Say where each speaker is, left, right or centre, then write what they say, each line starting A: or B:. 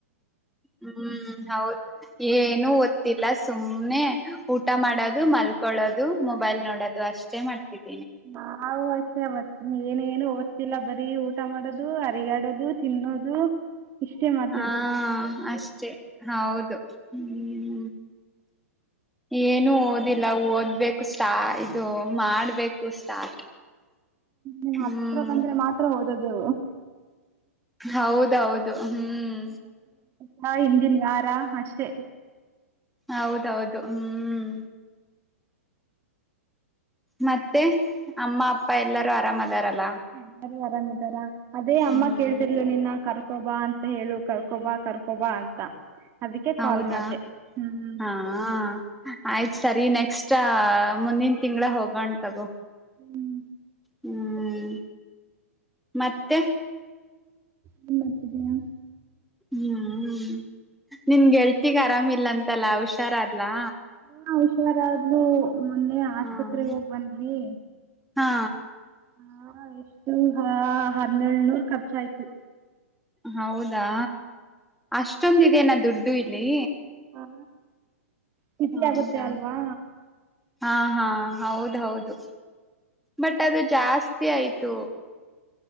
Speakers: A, in the centre; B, on the right (about 30°).
A: ಹ್ಮ್ ಹೌದು ಏನು ಓದ್ತ್ತಿಲ್ಲ ಸುಮ್ ನೆ ಊಟ ಮಾಡೋದು ಮಲ್ಕೊಳ್ಳೋದು ಮೊಬೈಲ್ ನೋಡೋದು ಅಷ್ಟೇ ಮಾಡ್ತೀವಿ
B: <unintelligible> ಮೆ ಅವತ್ ಏನೇನು ಓದ್ತಿಲ್ಲ ಬರೀ ಊಟ ಮಾಡೋದು ಅರಿಗಾಡದು ತಿನ್ನೋದು ಇಷ್ಟೇ ಮಾಡ್ತಿದೀವಿ
A: ಹಾ ಅಷ್ಟೇ ಹೌದು ಹ್ಮ್ ಏನು ಓದಿಲ್ಲ ಓದ್ಬೇಕು ಸ್ಟಾ ದು ಮಾಡ್ಬೇಕು ಸ್ಟಾರ್ಟ
B: ನಿಮ್ಮ
A: ಹ್ಮ್
B: ಹತ್ರ ಬಂದ್ರೆ ಮಾತ್ರ ಓದೋದು
A: ಹೌದ್ ಹೌದ್ ದ್ ಹ್ಮ್
B: ಹ ಹಿಂದಿನ್ ಯಾರ ಅಷ್ಟೆ
A: ಹೌದೌದು ಹ್ಮ್ ಮತ್ತೆ ಅಮ್ಮ ಅಪ್ಪ ಎಲ್ಲಾರೂ ಆರಾಮದಾರಲ್ಲ
B: ಎಲ್ಲರೂ ಆರಾಮಿದಾರ ಅದೇ ಅಮ್ಮ
A: ಹ್ಮ್
B: ಕೇಳ್ತಿರ್ಲು ನಿನ್ನ ಕರ್ ಕರ್ಕೊಬಾ ಅಂತ ಹೇಳು ಕರ್ಕೊಬ ಕರ್ಕೊಬ ಅಂತ ಅದಕ್ಕೆ
A: ಹೌದಾ
B: ಕಾಲ್ ಮಾಡಿದೆ ಹ್ಮ್
A: ಹಾ ಆ ಆಯ್ತ್ ಸರಿ ನೆಕ್ಸ್ ಟಾ ಮುಂದಿನ್ ತಿಂಗಳಾ ಹೋಗೋಣ್ ತಗೋ
B: ಹ್ಮ್
A: ಹ್ಮ್ ಮತ್ತೆ
B: ಏನ್ ಮಾಡ್ತಿದೀಯಾ
A: ಹ್ಮ್ ನಿನ್ ಗೆಳ್ತಿಗ್ ಆರಾಮಿಲ್ಲ ಅಂತಲ್ಲ ಹುಷಾರ್ ಆದ್ಲಾ
B: ಹ ಹುಷಾರ್ ಅಂದ್ಲು ಮೊನ್ನೆ ಆಸ್ಪತ್ರೆಗೆ
A: ಹ್ಮ್
B: ಹೋಗ್ ಬಂದ್ವಿ
A: ಹಾ
B: ಹಾ ಎಷ್ಟು ಹ ಹನ್ನೇಳನೂರ್ ಖರ್ಚ ಆಯ್ತು
A: ಹೌದಾ ಅಷ್ಟೊಂದಿದೆ ನಾ ದುಡ್ ಡ್ಯೂ ಲಿ
B: ಹಾ ತಿಥಿ
A: ಹ
B: ಆಗುತ್ತೆ
A: ಹೌದಾ
B: ಅಲ್ವಾ
A: ಹಾ ಹಾ ಹೌದ ಹೌದು ಬಟ್ ಅದು ಜಾಸ್ತಿ ಆಯ್ತು